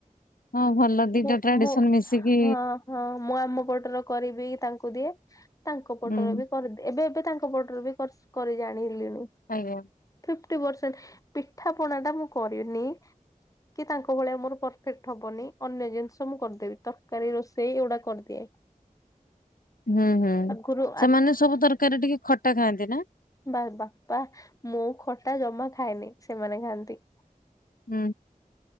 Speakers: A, on the left; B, on the left.
A: ହଁ ଭଲ ଦିଟା
B: ମୁ
A: ଟ୍ରାଡିସନ
B: ମୁ
A: ମିଶିକି
B: ହଁ ହଁ ମୁଁ ଆମ ପଟର କରି ବି ତାଙ୍କୁ ଦିଏ ତାଙ୍କ ପଟରେ
A: ହୁଁ
B: ବି କରି ଏବେ ଏବେ ତାଙ୍କ ପଟରୁ ବି କର କରି ଜାଣିିଲିଣି।
A: ଆଜ୍ଞା।
B: ଫିଫଟି ପରସେଣ୍ଟ ପିଠା ପଣା ଟା ମୁଁ କରିନି। କି ତାଙ୍କ ଭଳିଆ ମୋର ପରଫେକ୍ଟ ହବନି। ଅନ୍ୟ ଜିନିଷ ମୁଁ କରିଦେବି ତରକାରୀ ରୋଷେଇ ଏଗୁଡା କରିଦିଏ। <inaudible>
A: ହୁଁ ହୁଁ
B: ଆଗରୁ
A: ସେମାନେ ସବୁ ତରକାରୀ ଟିକେ ଖଟା ଖାଆନ୍ତି ନା?
B: ବା ବାପା ମୁଁ ଖଟା ଜମା ଖାଏନି ସେମାନେ ଖାଆନ୍ତି।
A: ହୁଁ।